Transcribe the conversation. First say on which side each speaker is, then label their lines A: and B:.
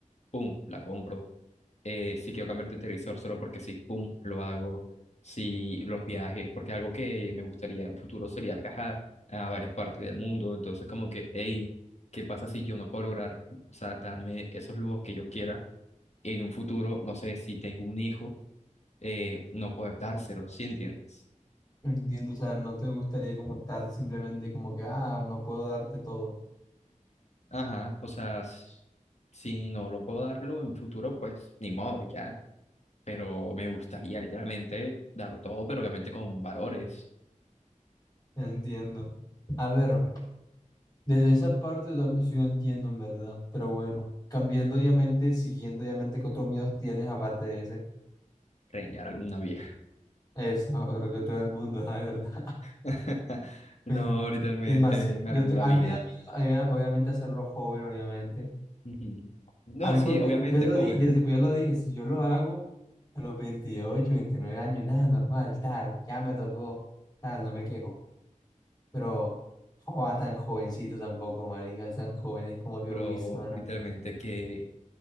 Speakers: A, on the left; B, on the left.
A: pum, la compro. Eh, si quiero cambiar de televisor solo porque sí, pum, lo hago. Si los viajes, porque algo que me gustaría en un futuro sería viajar a varias partes del mundo, entonces como que, hey, ¿qué pasa si yo no puedo lograr, o sea, darme esos lujos que yo quiera? en un futuro, no sé, si tengo un hijo, eh, no poder dárselo, ¿sí entiendes?
B: Entiendo. O sea, no te gustaría como estar simplemente como que, ah, no puedo darte todo.
A: Ajá, o sea, s- si no lo puedo darlo en un futuro, pues ni modo, ya. Pero me gustaría literalmente darlo todo, pero obviamente con valores,
B: Entiendo. A ver, desde esa parte yo también sí lo entiendo, en verdad. Pero bueno, cambiando obviamente, siguiendo obviamente qué otros miedos tienes aparte de ese.
A: reñar a alguna vieja.
B: Eso <laughs> creo que todo el mundo, la verdad.
A: <laughs>
B: <laughs>
A: No,
B: Sí.
A: literalmente
B: Y más,
A: me
B: yo
A: arruinó
B: te-
A: la
B: a
A: vida.
B: mí me da miedo, a mí me da- obviamente hacerlo joven, obviamente.
A: Ujú. No,
B: A mí,
A: sí,
B: por
A: obviamente,
B: ejemplo, yo lo
A: joven,
B: dije, yo, tipo, yo lo dije, si yo lo hago a los 28 29 años, nada, normal, tal, ya me tocó, tal, no me quejo. Pero, joa, tan jovencito tampoco, marica, tan joven, es como
A: bro,
B: que, uy, zona.
A: literalmente que